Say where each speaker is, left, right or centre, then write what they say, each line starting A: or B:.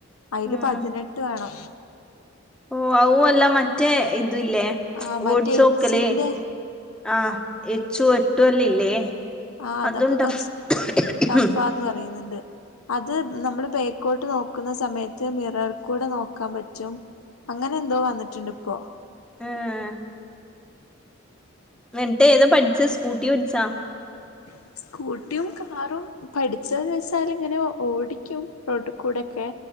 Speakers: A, on the left (about 85°); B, in the centre.
A: അയ്ല്
B: ഉം
A: പതിനെട്ട് വേണം
B: ഓ അ അല്ല മറ്റേ ഇത് ഇല്ലേ
A: ആ മറ്റേ
B: ഓടച്ച്
A: എച്ചിന്റെ
B: നോക്കലേ ആ എച്ചു എട്ടും എല്ലു ഇല്ലേ
A: ആ അതൊക്കെ
B: അതും
A: കൊറച്ച്
B: ടഫ്
A: ടഫാന്ന് പറയുന്നുണ്ട് അത് നമ്മള് ബേക്കോട്ട് നോക്കുന്ന സമയത്ത് മിറൽ കൂടെ നോക്കാൻ പറ്റും അങ്ങനെ എന്തോ വന്നിട്ടുണ്ട് ഇപ്പോ
B: ആഹ് വിട്ട ഏതാ പഠിച്ച സ്കൂട്ടി പഠിച്ചാ
A: ഉ സ്കൂട്ടിയും കാറും പഠിച്ചന്ന് ചച്ചാൽ ഇങ്ങനെ ഓടിക്കും റോഡിൽ കൂടെൊക്കെ